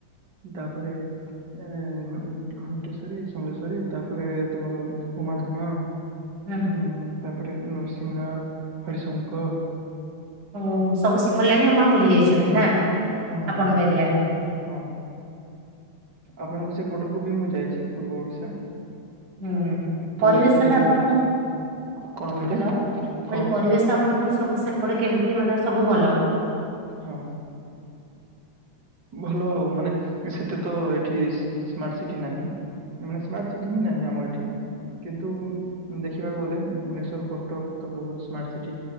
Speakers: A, on the right; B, on the right.
A: ତାପରେ ଏ ଘ ଘଣ୍ଟେଶ୍ଵରୀ ସମଲେଶ୍ୱରି ତାପରେ ତମର ଉମାଧୁମା।
B: ହୁଁ
A: ଉଁ ତାପରେ ନରସିଂହନାଥ ହରିଶଙ୍କର
B: ଓ ସବୁ ସେପଟ ଲାଇନ ଆପଣ ବୁଲି ଯାଇଛନ୍ତି ନା?
A: ହଁ
B: ଆପଣଙ୍କ
A: ହଁ।
B: ଏରିଆ
A: ହଁ ଆପଣଙ୍କ ସେପଟକୁ ବି ମୁଁ ଯାଇଛି ପୂର୍ବ ଓଡିଶା।
B: ହୁଁ
A: ପୁରୀରେ
B: ପରିବେଶ
A: ତ
B: ଟା
A: ଯୋଉ-
B: ଆପଣଙ୍କ ହ୍ୟାଲୋ।
A: କଣ କହିଲେ
B: କହିଲି
A: ହଁ
B: ପରିବେଶ ଆପଣଙ୍କର ସବୁ ସେପଟେ କେମିତି ମାନେ ସବୁ ଭଲ।
A: ହଁ। ଭଲ ଆଉ ମାନେ ସେତେ ତ ଏଠି ସ୍ମାର୍ଟ ସିଟି ନାହିଁ। ମାନେ ସ୍ମାର୍ଟ ସିଟି ହିଁ ନାହିଁ ଆମ ଏଠି। କିନ୍ତୁ ଦେଖିବାକୁ ଗଲେ ଭୁବନେଶ୍ୱର କଟକ ତ ବହୁତ ସ୍ମାର୍ଟ ସିଟି।